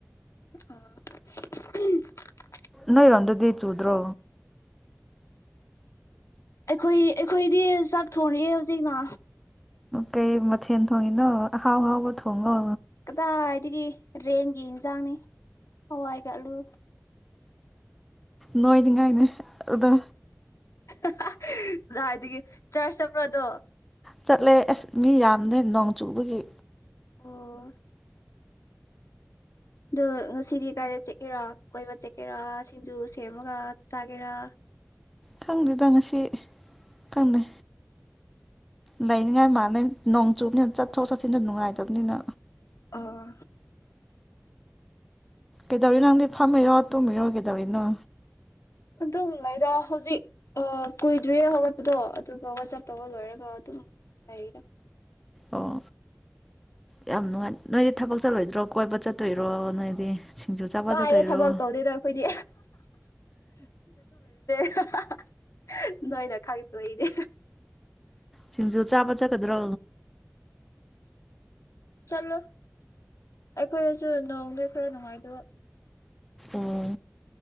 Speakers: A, on the left (about 75°); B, in the centre.
A: ꯑꯣ
B: ꯅꯣꯏꯔꯣꯝꯗꯗꯤ ꯆꯨꯗ꯭ꯔꯣ
A: ꯑꯩꯈꯣꯏ ꯑꯩꯈꯣꯏꯗꯤ ꯆꯥꯛ ꯊꯣꯡꯔꯤ ꯍꯧꯖꯤꯛꯅ
B: ꯀꯩ ꯃꯊꯦꯜ ꯊꯣꯡꯉꯤꯅꯣ ꯑꯍꯥꯎ ꯍꯥꯎꯕ ꯊꯣꯡꯉꯣ
A: ꯀꯗꯥꯏꯗꯒꯤ ꯔꯦꯟꯒꯤ ꯏꯟꯖꯥꯡꯅꯤ ꯍꯋꯥꯏꯒ ꯑꯂꯨ
B: ꯅꯣꯏꯅꯤꯡꯉꯥꯏꯅꯦ ꯑꯗꯣ
A: ꯍꯥ ꯍꯥ ꯗꯥꯏꯗꯒꯤ ꯆꯔꯁ ꯆꯠꯄ꯭ꯔꯣ ꯑꯗꯣ
B: ꯆꯠꯂꯦ ꯑꯁ ꯃꯤ ꯌꯥꯝꯗꯦ ꯅꯣꯡ ꯆꯨꯕꯒꯤ
A: ꯑꯣ ꯑꯗꯨ ꯉꯁꯤꯗꯤ ꯀꯥꯏꯗ ꯆꯀꯦꯔꯥ ꯀꯣꯏꯕ ꯆꯠꯀꯦꯔꯥ ꯁꯤꯡꯖꯨ ꯁꯦꯝꯃꯒ ꯆꯥꯒꯦꯔ
B: ꯈꯪꯗꯦꯗ ꯉꯁꯤ ꯈꯪꯗꯦ ꯂꯩꯅꯤꯉꯥꯏ ꯃꯥꯥꯜꯂꯦ ꯅꯣꯡ ꯆꯨꯕꯅꯤꯅ ꯆꯠꯊꯣꯛ ꯆꯠꯁꯤꯟꯗꯣ ꯅꯨꯡꯉꯥꯏꯇꯕꯅꯤꯅ
A: ꯑꯣ
B: ꯀꯩꯗꯧꯔꯤ ꯅꯪꯗꯤ ꯐꯝꯃꯤꯔꯣ ꯇꯨꯝꯃꯤꯔꯣ ꯀꯩꯗꯧꯔꯤ ꯅꯣ
A: ꯑꯗꯨꯝ ꯂꯩꯗ ꯍꯧꯖꯤꯛ ꯑ ꯀꯨꯏꯗ꯭ꯔꯤꯌꯦ ꯍꯧꯒꯠꯄꯗꯣ ꯑꯗꯨꯒ ꯋꯥꯆꯞ ꯇꯧꯕ ꯂꯣꯏꯔꯒ ꯑꯗꯨꯝ ꯂꯩꯗ
B: ꯑꯣ ꯌꯥꯝ ꯅꯨꯡꯉꯥꯏ ꯅꯣꯏꯗꯤ ꯊꯕꯛ ꯆꯠꯂꯣꯏꯗ꯭ꯔꯣ ꯀꯣꯏꯕ ꯆꯠ ꯇꯣꯏꯔꯣ ꯅꯣꯏꯗꯤ ꯁꯤꯡꯖꯨ ꯆꯥꯕ
A: ꯀꯥꯏꯗ
B: ꯆꯠꯇꯣꯏꯔꯣ
A: ꯊꯕꯛ ꯇꯧꯗꯦꯗ ꯑꯩꯈꯣꯏꯗꯤ ꯍ ꯍ ꯍ ꯅꯣꯏꯅ ꯈꯪꯛꯇꯣꯏꯅꯦ
B: ꯁꯤꯡꯖꯨ ꯆꯥꯕ ꯆꯠꯀꯗ꯭ꯔꯣ
A: ꯆꯠꯂꯣꯏ ꯑꯩꯈꯣꯏꯗꯁꯨ ꯅꯣꯡꯅꯦ ꯈꯔ ꯅꯨꯡꯉꯥꯏꯇꯕ
B: ꯑꯣ